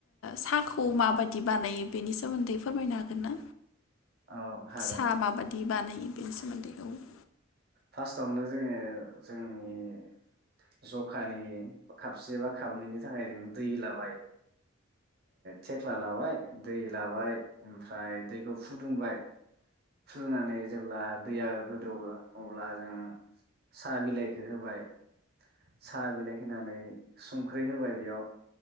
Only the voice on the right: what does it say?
औ हागोन
फार्स्टआवनो जोङो जोंनि जखानि खपसे बा खाबनैनि थाखाय जों दै लाबाय थेख्ला लाबाय दै लाबाय ओमफ्राय दैखौ फुदुंबाय फुदुंनानै जेब्ला दैया गोदौवो अब्ला जों साहा बिलाइखौ होबाय साहा बिलाइ होनानै संख्रि होबाय बेयाव